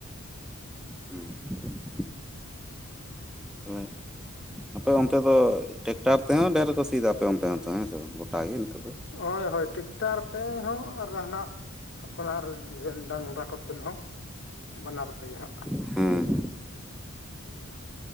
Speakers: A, in the centre; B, on the left.
A: ᱦᱩᱸ <unintelligible> ᱛᱟᱦᱚᱞᱮ ᱟᱯᱮ ᱚᱱᱛᱮ ᱫᱚ ᱴᱮᱠᱴᱟᱨ ᱛᱮᱦᱚᱸ ᱰᱷᱮᱨ ᱜᱮᱠᱚ ᱥᱤᱭᱫᱟ ᱟᱯᱮ ᱚᱱᱛᱮ ᱦᱚᱸᱛᱚ ᱦᱮᱸ ᱥᱮ ᱵᱟᱝ ᱜᱚᱴᱟ ᱜᱮ ᱱᱤᱛᱚᱜ ᱫᱚ
B: ᱦᱳᱭ ᱦᱳᱭ ᱴᱩᱠᱴᱟᱨ ᱛᱮᱼᱦᱚᱸ ᱟᱨᱦᱚᱸ ᱱᱟᱜ ᱟᱯᱱᱟᱨ ᱨᱮᱱ ᱰᱟᱝᱨᱟ ᱠᱚᱛᱮᱱ ᱦᱚᱸ ᱵᱟᱱᱟᱨ‌ ᱛᱮᱜᱮ ᱦᱟᱸᱜ
A: ᱦᱩᱸ ᱦᱩᱸ